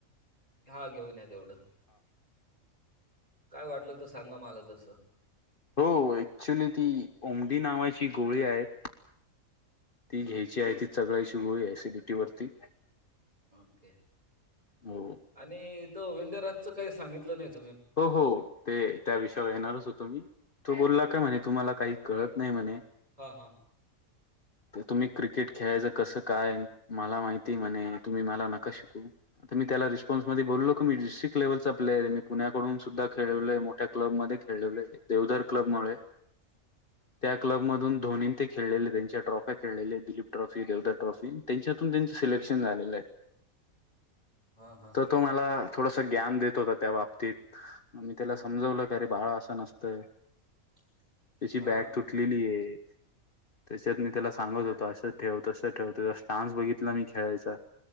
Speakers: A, on the right; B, on the left.
A: हा घेऊन या तेवढं काय वाटलं त सांगा मला तस
B: हो ऍक्चुली ती ओमडी नावाची गोळी आहेत ती घ्यायची आहे ती चगळायची गोळी ऍसिडिटी वरती
A: ओके
B: हो
A: आणि तो विंद राजचं काही सांगितलं नाहीत
B: हो हो ते त्या विषयावर येणारच होतो मी तो बोलला काय म्हणे तुम्हाला काही कळत नाही म्हणे
A: हा हा
B: तुम्ही क्रिकेट खेळायचं कसं काय मला माहिती म्हणे तुम्ही मला नका शिकवू तर मी त्याला रिस्पॉन्समध्ये बोललो की मी डिसीक लेव्हलचा प्लेयर ए मी पुण्याकडून सुद्धा खेळलोय मोठ्या क्लबमधे देवदार क्लब मुळे
A: <inaudible>
B: त्या क्लब मधून धोनीन ते खेळलेले त्यांच्या ट्रॉफ्या खेळलेल्या आहेत दिलीप ट्रॉफी देवदार ट्रॉफी त्यांच्यातून त्यांचं सिलेक्शन झालेलं आय
A: हां हां
B: तर तो मला थोडसं ग्यान देत होता त्या बाबतीत मी त्याला समजवलं की अरे बाळा असं नसतंय
A: <inaudible>
B: त्याची
A: हां
B: बॅट तुटलेली आहे त्याच्यात मी त्याला सांगत होतो असं ठेव तसं ठेवतो जस स्टान्स बघितला मी खेळायचा